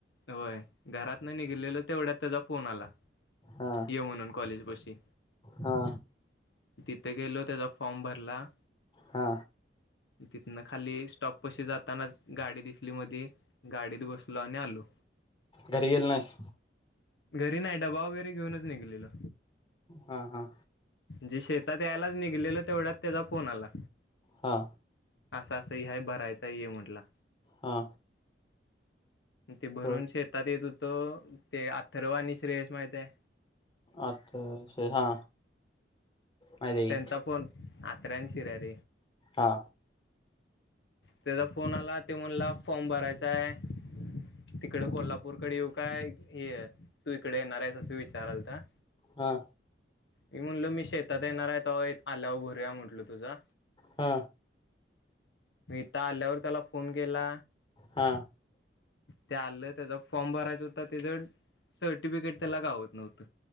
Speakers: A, on the left; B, on the left.
A: होय. घरात नाही निघलेलो तेवढ्यात त्याचा फोन आला.
B: हा
A: ये म्हणून कॉलेज पशी
B: हा
A: तिथे गेलो त्याचा फॉर्म भरला.
B: हा.
A: तिथनं खाली स्टॉप पशी जातानाच गाडी दिसली, मध्ये गाडीत बसलो आणि आलो.
B: घरी गेला नायस.
A: घरी नाही डबा वगैरे. ते घेऊनच निघलेलो.
B: हा हा.
A: जे शेतात यायलाच निघलेलं तेवढ्यात. त्याचा फोन आला.
B: हा
A: असं असं हे हाय भरायचा ये म्हटलं.
B: हा.
A: ते भरून
B: बर
A: शेतात येत होतो. हो ते अथर्वआणी श्रेयश माहित हाय
B: अच्छा अच्छा हा. माहिती आहे
A: त्यांचा
B: की
A: फोन. अतरया शिरर
B: हा.
A: त्याचा फोन आला ते म्हणला फॉर्म भरायचाय. तिकड कोल्हापूरकडे येऊ. काय हे तू इकडे येणार आहेस अस विचारालता.
B: हा
A: मी म्हणलो मि शेतात येणार आहे त आल्या व भरूया म्हटल तुझा
B: हा
A: मी इथ आल्यावर त्याला फोन केला.
B: हा
A: ते आलं त्याचा फॉर्म भरायचं होता त्याच सर्टिफिकेट त्याला घावत नव्हत.